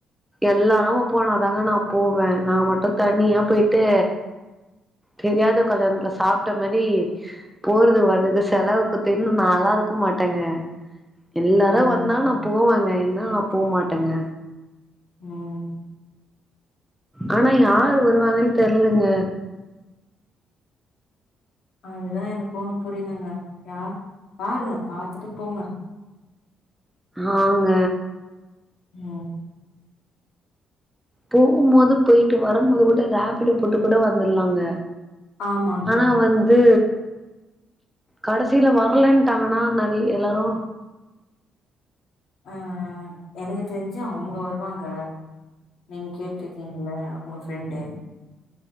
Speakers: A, in the centre; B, on the left.
A: எல்லாரு போனாதாங்க நான் போவேன் நான் மட்டு தனியா போயிட்டு தெரியாத கல்யாணத்துல சாப்ட்ட மாதிரி போறது வர்துக்கு செலவு <unintelligible> நாளா இருக்க மாட்டேங்க எல்லாரும்
B: புரியுதுங்க.
A: வ நானா போவாங்க என்ன நான் போ மாட்டேங்க
B: உஹ்ம்
A: ஆனா யார் வருவாங்கன்னு தெர்லங்க
B: அதுதான் எனக்கும் ஒன்னும் புரியலங்க யார் பாருங்க பாத்துட்டு போங்க
A: ஆஹங்க
B: ம் ஹ்
A: போகுபோது போயிட்டு வரும்போது கூட ரேபிடோ போட்டு கூட வந்திரலாங்க
B: ஆமாங்க
A: ஆனா வந்து கடசிலே வரலன்ட்டாங்கன்னா நெறை எல்லாரு
B: அஹ் எனக்கு தெரிஞ்சு அவங்க வருவாங்க நீங்க கேட்டுருகீங்களே உங்க ஃப்ரெண்டு